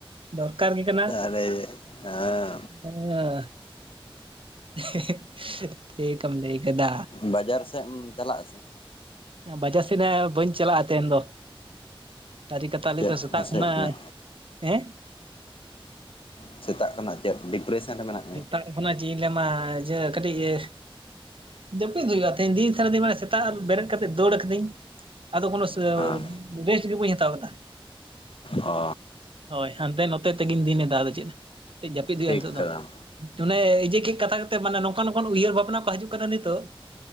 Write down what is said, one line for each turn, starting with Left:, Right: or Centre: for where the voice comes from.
Right: ᱫᱚᱨᱠᱟᱨ ᱜᱮ ᱠᱟᱱᱟ᱾
Left: <unintelligible> <unintelligible>
Right: <unintelligible> <unintelligible> ᱴᱷᱤᱠ ᱮᱢ ᱞᱟᱹᱭ ᱠᱟᱫᱟ᱾
Left: ᱵᱟᱡᱟᱨ ᱥᱮᱜ ᱮᱢ ᱪᱟᱞᱟᱜ ᱟᱥᱮ?
Right: ᱵᱟᱡᱟᱨ ᱥᱮᱫ ᱦᱟᱸᱜ ᱵᱟᱹᱧ ᱪᱟᱞᱟᱜᱼᱟ ᱛᱮᱦᱮᱱ ᱫᱚ, ᱥᱟᱹᱨᱤ ᱠᱟᱛᱷᱟ ᱞᱟᱹᱭ
Left: ᱪᱮᱫ
Right: ᱫᱚ ᱥᱮᱛᱟᱜ
Left: ᱱᱟᱥᱮᱭᱮᱫ
Right: ᱠᱷᱚᱱᱟᱜ
Left: ᱢᱮᱭᱟ
Right: ᱮᱸ᱾
Left: ᱥᱮᱛᱟᱜ ᱠᱷᱚᱱᱟᱜ ᱪᱮᱫ ᱰᱤᱯᱨᱮᱥᱮᱱ ᱨᱮ ᱢᱮᱱᱟᱜ
Right: ᱱᱤᱛᱛᱟᱝ ᱠᱷᱚᱱᱟᱜ ᱪᱮᱫ ᱤᱧ ᱞᱟᱹᱭ ᱟᱢᱟ ᱤᱭᱟᱹ ᱠᱟᱹᱴᱤᱡ ᱟᱹ ᱡᱟᱹᱯᱤᱫ ᱦᱩᱭᱩᱜᱼᱟ ᱛᱮᱦᱮᱧ ᱫᱤᱱ ᱥᱟᱨᱟ ᱫᱤᱱ ᱢᱟᱱᱮ ᱥᱮᱛᱟᱜ ᱵᱮᱨᱮᱫ ᱠᱟᱛᱮᱜ ᱫᱟᱹᱲ ᱠᱟᱹᱫᱟᱹᱧ ᱟᱫᱚ ᱠᱳᱱᱚ
Left: ᱦᱮᱸ
Right: ᱨᱮᱥᱴ ᱜᱮ ᱵᱟᱹᱧ ᱦᱟᱛᱟᱣ ᱠᱟᱫᱟ᱾
Left: ᱚ
Right: ᱦᱳᱭ ᱦᱟᱱᱛᱮ ᱱᱚᱛᱮ ᱛᱮᱜᱤᱱ ᱫᱤᱱ ᱮᱫᱟ ᱟᱫᱚ ᱪᱮᱫ ᱠᱟᱹᱴᱤᱡ ᱡᱟᱹᱯᱤᱫ ᱦᱩᱭᱩᱜᱼᱟ
Left: ᱴᱷᱤᱠ
Right: ᱱᱤᱛᱚᱜ
Left: ᱠᱟᱫᱟᱢ
Right: ᱫᱚ᱾ ᱚᱱᱮ ᱤᱡᱟᱹ ᱠᱟᱹᱡ ᱠᱟᱛᱷᱟ ᱠᱟᱛᱮᱫ ᱢᱟᱱᱮ ᱱᱚᱝᱠᱟ ᱱᱚᱝᱠᱟᱱ ᱩᱭᱦᱟᱹᱨ ᱵᱷᱟᱵᱽᱱᱟ ᱠᱚ ᱦᱟᱡᱩᱜ ᱠᱟᱱᱟ ᱱᱤᱛᱚᱜ᱾